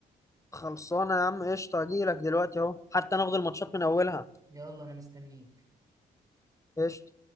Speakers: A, on the left; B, on the right.
A: خلصانة يا عم قشطة اجيلك دلوقتي اهو حتى ناخد الماتشات من اولها
B: يلا أنا مستنيك
A: قشطة